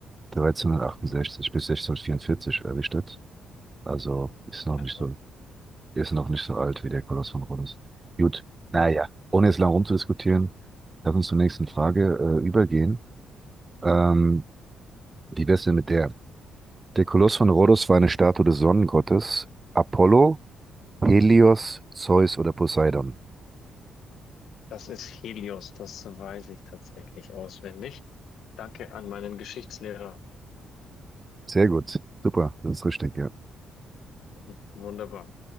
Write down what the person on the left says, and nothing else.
Mhm.
Äh,
mhm.
Das ist Helios, das weiß ich tatsächlich auswendig. Danke an meinen Geschichtslehrer.
Mhm. Wunderbar.